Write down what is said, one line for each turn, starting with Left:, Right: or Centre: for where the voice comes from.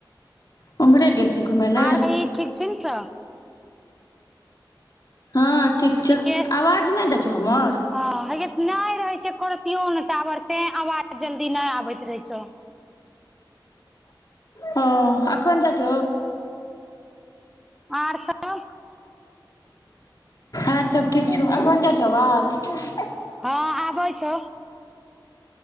Left: उम्हरे गेल छी घुमय लए
Centre: आर कही ठीक छै ने छऽ।
Left: हँ ठीक
Centre: ठीके
Left: छौ, आवाज नहि जै छहो हमर।
Centre: हँ हे नहि रहै छै, करतियो ने टावर तै आवाज जल्दी नहि आबैत रहै छौ।
Left: ह आखन चाच।
Centre: आर सब
Left: आर सब ठीक छौ, आ कोन जाइ छौ बात।
Centre: हँ आबै छौ।